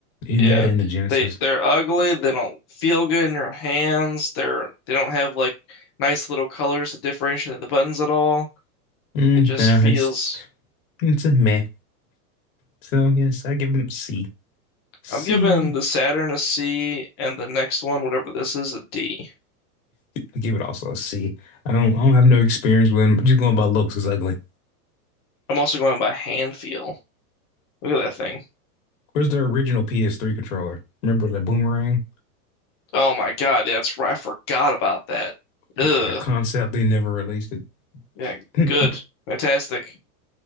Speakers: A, on the left (about 55°); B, on the left (about 20°).
A: In
B: Yeah,
A: that and the Genesis.
B: they they're ugly. They don't feel good in your hands. They're they don't have like nice little colors to differentiate the buttons at all.
A: Mm,
B: It just
A: nah,
B: feels.
A: it's it's a meh. So yes, I give them C. C.
B: I'm giving the Saturn a C and the next one, whatever this is, a D.
A: I give it also a C. I don't I don't have no experience with them. Just going by looks, it's ugly.
B: I'm also going by hand feel. Look at that thing.
A: Where's their original PS3 controller? Remember the boomerang?
B: Oh my God, that's right. I forgot about that. Ugh.
A: It's like a concept they never released
B: Yeah,
A: it.
B: good.
A: <clears throat>
B: Fantastic.